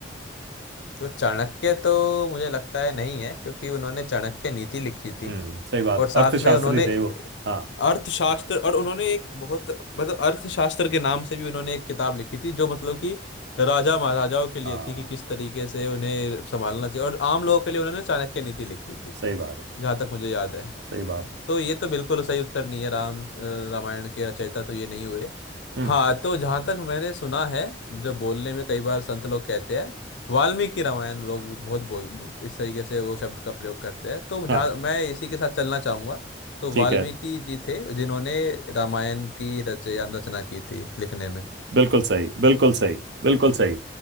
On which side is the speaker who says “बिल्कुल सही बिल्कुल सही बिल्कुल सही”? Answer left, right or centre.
Right